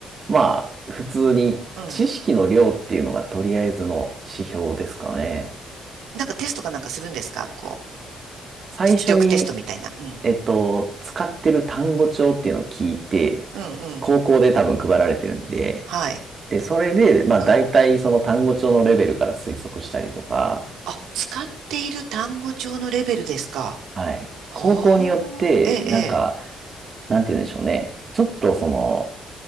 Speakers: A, on the right; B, on the right.
A: まあ、普通に知識の量っていうのがとりあえずの指標ですかね。
B: うん。なんかテストかなんかするんですかこう、
A: 最初に、
B: 実力テストみたいな。うん。
A: えっと、使ってる単語帳っていうのを聞いて、
B: うん、うん。
A: 高校で多分配られてるんで、
B: はい。
A: で、それで、まあ大体その単語帳のレベルから推測したりとか、
B: うん。あ、使っている単語帳のレベルですか
A: はい。
B: ほー、
A: 高校によって、
B: ええ、
A: なんか、なんて言うんでしょうね。ちょっとその、